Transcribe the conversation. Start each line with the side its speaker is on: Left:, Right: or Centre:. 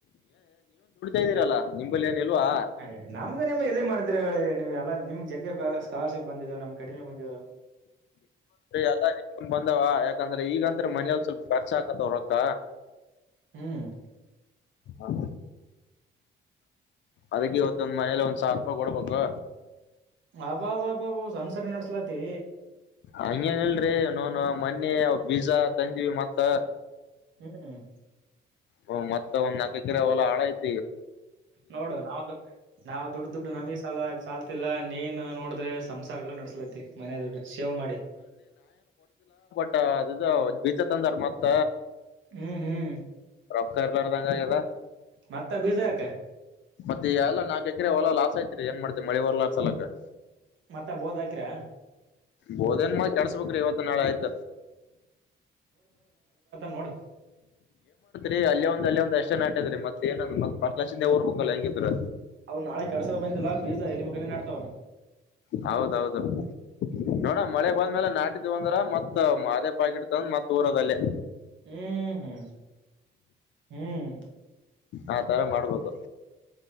Left: ಇದೀರಲ್ಲ ನಿಂಬಲ್ಲಿ ಇಲ್ವಾ
Right: ಅ ನಮ್ಗ ನಿಮ್ಗೆ ಎಲ್ಲಿ ಮಾಡ್ತೀರ ಎಳೆ ನೀವು ಎಲ್ಲ ನಿಮ್ಗ್ ಜಗ್ಗೆ ಸ್ಕಾಲರ್ಶಿಪ್ ಬಂದಿದ ನಮ್ ಕಡಿಮೆ ಬಂದಿದ
Left: ಎಲ್ಲಾ ನಿಕೊಂಡ್ ಬಂದಾವ ಯಾಕಂದ್ರೆ ಈಗಂತ್ರ ಮನೇಲ್ ಸ್ವಲ್ಪ ವರ್ಚ ಹಾಕತ್ವ್ರ ರೊಕ್ಕ
Right: ಹ್ಮ್
Left: ಹ ಅದಕ್ಕೆ ಇವತ್ತೊಂದ್ ಮನೇಲಿ ಒಂದ್ ಸಾವಿರ ರೂಪಾಯಿ ಕೊಡ್ಬೇಕು
Right: ಅಬಾಬಬಾಬ ಸಂ ಸರಿ ನಡ್ಸಲಾತಿ
Left: ಹಂಗ್ಯಾಂಗಲ್ರಿ ನೋನು ಮನೆ ಬೀಜ ತಂದೀವಿ ಮತ್ತ
Right: ಹ್ಮ್
Left: ಓ ಮತ್ತ ಒಂದ್ ನಾಕ ಎಕರೆ ಹೊಲಾ ಹಳ ಇತ್
Right: ನೋಡು ನಾವುದು ನಾವು ದುಡ್ಡು ದುಡ್ಡು ನಮಗೆ ಸಾಲ ಸಾಾಲ. ಲ್ಲ ನೀನ್ ನೋಡಿದ್ರೆ. ಸಂಸಾರ ಎಲ್ಲ ನಡೆಸ್ಲತಿ ಮನೆಯ ದೊಡ್ಡು ಶೇವ್ ಮಾಡಿ
Left: ಮ ಅದು್ ಬೀಜ ತಂದಾರ ಮತ್ತ
Right: ಹ್ಮ್ ಹ್ಮ್
Left: ರೊಕ್ಕ ಎರ್ಲ್ಲಡ್ದಂಗ ಕದ
Right: ಮತ್ತ ಬೀಜ ಹಾಕ
Left: ಮತ್ತೆ ಎಲ್ಲ ನಾಕಕ್ರ ಹೊಲ ಲಾಸ್ ಐತಿರಿ ಏನ್ ಮಾಡ್ತತಿ ಮಳಿ ಹೊರ್ ಲಾಸ್ ಅಲಕ
Right: ಮತ್ತ ಬೋದ್ ಹಾಕಿರ
Left: ಬೋಧನ್ ಮಾಡ ಕಳ್ಸ್ಬೇಕ್ರೀ ಇವತ್ತು ನಾಳೆ ಆಯ್ತ
Right: ನೋಡು
Left: ೀ ಅಲ್ಲಿ ಒಂದ ಅ ಒಂದಷ್ಟ ನಟ ಅದೀ ಮತ್ತತ್ ಏಂದ ಮತ್ ಪ ಕ ಲಕ್ಷಿಂದ ಹೋಗಬೇಕಕ್ಲ್ಲ ಹೆಂಗಿದರ
Right: ಅವ್ ನಾಳೆ ಕಡ್ಸೋ ಬಂದಿಲ್ಲ ಬೀಜ ಎಲ್ಲಿ ಬಗ್ಲ್ಲ ನಡ್ತಾವ.
Left: ಹೌದೌದು ನೋಡ ಮಳೆ ಬಂದ್ಮೇಲೆ ನಾಟಿದ್ ಅಂದ್ರ ಮತ್ತ ಅದೇ ಪಾಕಿ ಇಡ್ತ ಮತ್ತತ್ ಊರೋದಲ್ಲೇ
Right: ಹ್ಮ್ ಹ್ಮ್ ಹ್ಮ್
Left: ಆ ತರ ಮಾಡ್ಬೇಕು